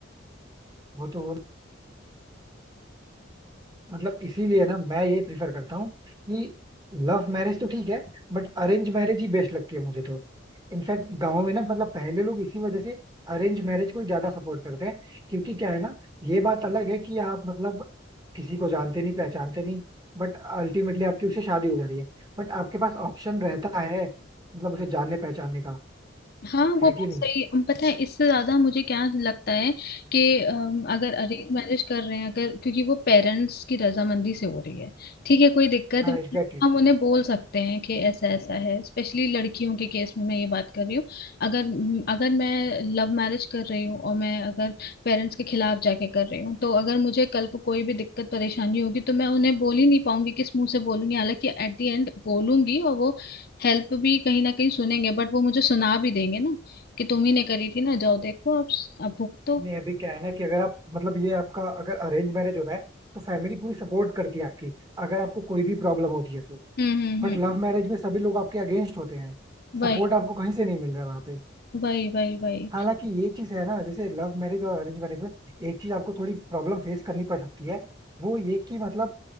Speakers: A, on the right; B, on the left.
A: वो तो हो मतलब इसीलिए ना मैं ये प्रिफर करता हूँ कि लव मैरिज तो ठीक है बट अरेंज मैरिज ही बेस्ट लगती है मुझे तो इनफैक्ट गाँव में ना मतलब पहले लोग इसी वजह से अरेंज मैरिज को ज्यादा सपोर्ट करते हैं क्योंकि क्या है ना ये बात अलग है कि आप मतलब किसी को जानते नहीं पहचानते नहीं बट अल्टीमेटली आपकी उससे शादी हो जा रही है बट आपके पास ऑप्शन रहता है मतलब उसे जानने पहचानने का
B: हाँ वो
A: है
B: बात
A: कि नहीं
B: सही है। पता है इससे ज्यादा मुझे क्या लगता है कि अम, अगर अरेंज मैरिज कर रहे हैं अगर क्योंकि वो पेरेंट्स की रजामंदी से हो रही है ठीक है कोई दिक्कत
A: हाँ
B: भी
A: एग्जैक्टली
B: है, हम उन्हें बोल सकते हैं कि ऐसा ऐसा है स्पेशली लड़कियों के केस में मैं ये बात कर रही हूँ अगर अगर मैं लव मैरिज कर रही हूँ और मैं अगर पेरेंट्स के खिलाफ जाके कर रही हूँ तो अगर मुझे कल को कोई भी दिक्कत परेशानी होगी तो मैं उन्हें बोल ही नहीं पाऊंगी किस मुंह से बोलूंगी हालांकि एट द एंड बोलूंगी और वो हेल्प भी कहीं ना कहीं सुनेंगे बट वो मुझे सुना भी देंगे ना कि तुम ही ने करी थी ना जाओ देखो अब अब भुगतो
A: नहीं अभी क्या है ना कि अगर आप मतलब ये आपका अगर अरेंज मैरिज होता है तो फैमिली पूरी सपोर्ट करती है आपकी अगर आपको कोई भी प्रॉब्लम होती है तो
B: हम्म हम्म
A: बट
B: हम्म
A: लव मैरिज में सभी लोग आपके अगेंस्ट होते हैं
B: वही
A: सपोर्ट आपको कहीं से नहीं मिल रहा है वहां पे
B: वही वही वही
A: हालांकि ये चीज है ना जैसे लव मैरिज और अरेंज मैरिज में एक चीज आपको थोड़ी प्रॉब्लम फेस करनी पड़ सकती है वो ये कि मतलब